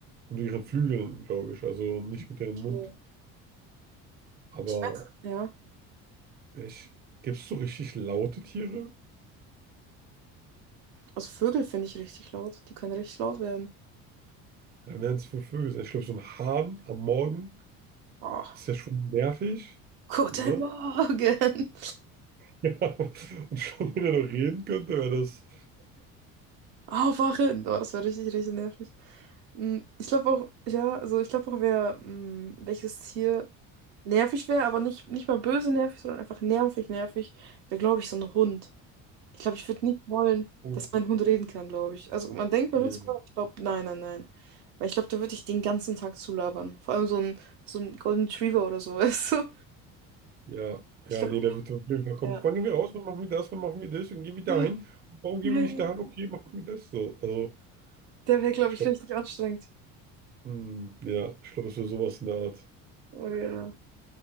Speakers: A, on the right; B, on the right.
A: und ihren Flügeln, glaube ich, also nicht mit ihrem Mund.
B: okay.
A: Aber
B: Ich weiß, ja.
A: ich, gibt es so richtig laute Tiere?
B: Also Vögel finde ich richtig laut. Die können richtig laut werden.
A: Dann werden es wohl Vögel sein. Ich glaube, so ein Hahn am Morgen
B: Oh,
A: ist ja schon nervig.
B: guten
A: Ne?
B: Morgen.
A: <laughs> Ja, und schon, wenn er noch reden könnte, wäre das.
B: <laughs> Aufwachen. Oh, das war richtig, richtig nervig. Mm, Ich glaube auch, ja, also ich glaube auch, wer, mm, welches Tier nervig wäre, aber nicht, nicht mal böse nervig, sondern einfach nervig, nervig, wäre, glaube ich, so ein Hund. Ich glaube, ich würde nicht wollen,
A: Oh,
B: dass mein Hund reden kann, glaube ich. Also man denkt, man
A: nee.
B: würde es wollen, aber ich glaube, nein, nein, nein. Weil ich glaube, da würde ich den ganzen Tag zulabern. Vor allem so ein, so ein Golden Retriever oder so, <laughs> weißt du?
A: Ja,
B: Ich
A: ja,
B: glaube,
A: nee, der wird auf jeden Fall kommen.
B: ja.
A: Wann gehen wir raus? Wann machen wir das? Wann machen wir das? Und gehen wir dahin?
B: Ja,
A: Warum
B: ja,
A: gehen wir nicht
B: ja. ja.
A: dahin? Okay, machen wir das so. Also,
B: Der wäre, glaube
A: ich
B: ich,
A: glaube,
B: richtig anstrengend.
A: hm, ja, ich glaube, es wäre sowas in der Art.
B: Oh ja.